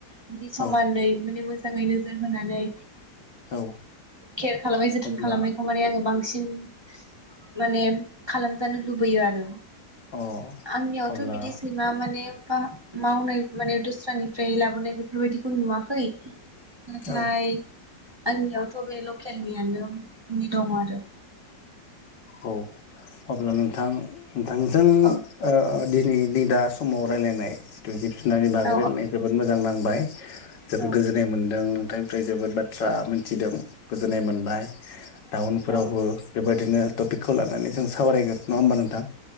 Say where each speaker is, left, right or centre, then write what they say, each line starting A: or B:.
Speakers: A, on the right (about 20°); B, on the left (about 85°).
A: बिदि समानै
B: औ
A: माने मोजां मोजाङै नोजोर होनानै
B: औ
A: केयार खालामनाय जोथोन
B: अब्ला
A: खालामनायखौ माने आङो बांसिन उम माने खालामजानो लुबैयो आरो
B: अ
A: आंनियावथ'
B: अब्ला
A: बिदि सैमा माने बा मावनाय माने दस्रानिफ्राय लाबोनाय बेफोरबायदिखौ नुवाखै। नाथाय
B: औ
A: आंनियावथ' बे लकेलनियानो दङ आरो
B: औ अब्ला नोंथां नोंथांजों
A: औ
B: ओ दिनै नै दा समाव रायज्लायनाय दुगि फिननानै बागै
A: औ
B: रायलायनाय जोबोद मोजां नांबाय जोबोद
A: औ
B: गोजोननाय मोनदों। थांनिफ्राय जोबोद बाथ्रा मोनथिदों। गोजोननाय मोनबाय टाउनफोरावबो
A: औ
B: बिदिनो टपिकखौ लानानै जों सावरायगोन नङा होमबा नोंथां?